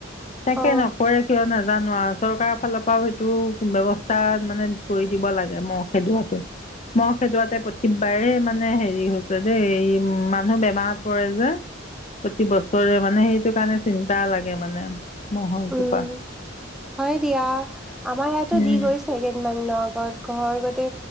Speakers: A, on the left; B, in the centre.
A: তাকে
B: অ
A: নকৰে কিয় নাজানো। চৰকাৰৰ ফালৰ পৰাও সেইটো বেব্যস্তা মানে কৰি দিব লাগে মহ খেদোৱাটো মহ খেদোৱাতে প্ৰতিবাৰে মানে হেৰি হৈছে দেই মানুহ বেমাৰত পৰে যে প্ৰতি বছৰে মানে মানে সেইটো কাৰণে চিন্তা লাগে মানে মহৰটোৰ
B: উম
A: পৰা।
B: হয় দিয়া আমাৰ ইয়াতো
A: উম।
B: দি গৈছে কেইদিনমান দিনৰ আগত ঘৰ গোতে,